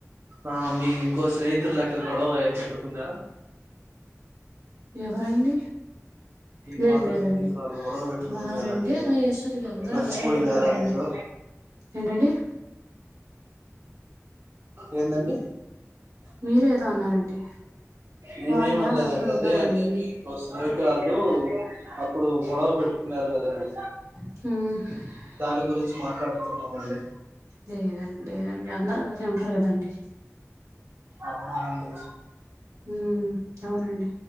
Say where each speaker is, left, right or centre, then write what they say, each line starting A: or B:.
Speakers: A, on the right; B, on the right.
A: ఆ మీ ఇంకో స్నేహితులు లెక్క గొడవ పెట్టుకున్నారు
B: ఎవరండి
A: ఈ
B: లేదు
A: పాత
B: లేదండి
A: స్నేహితురాలు గొడవ పెట్టుకునింది
B: వారంటే
A: కదండి
B: అలా చేస్తారు ఇగ అందరూ
A: మర్చిపోయినారా
B: అలానే ఉండరు కదండీ
A: మీరు
B: ఏంటండి
A: ఏందండి
B: మీరేదో అన్నారండి
A: మేమేమి
B: వారు ఇలాగ
A: అనలేదండి
B: అందరు ఉండరండి
A: అదే అండి మీ ఇంకో స్నేహితురాలు అప్పుడు గొడవలు పెట్టుకున్నారు కదండి
B: హ
A: దాని గురించి మాట్లాడుతున్నామండి
B: లేదండి లేదండి అందరు అలానే ఉండరు కదండీ
A: అవునా అండి
B: ఉం అవునండి